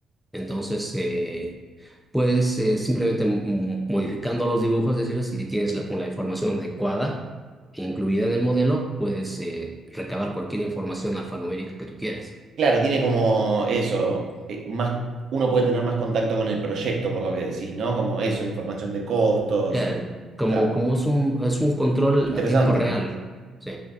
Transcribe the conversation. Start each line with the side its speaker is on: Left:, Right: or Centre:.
Centre: Entonces, eh, puedes eh, simplemente mm, modificando los dibujos, decir, si tienes la, la información adecuada. incluida en el modelo, puedes eh, recabar cualquier información alfanumérica que tú quieras.
Right: Claro, tiene como eso, eh, más, uno puede tener más contacto con el proyecto, por lo que decís, ¿no? Como eso, información de costos,
Centre: Claro,
Right: eh,
Centre: como,
Right: claro.
Centre: como es un, es un control
Right: Interesante.
Centre: a tiempo real. Sí.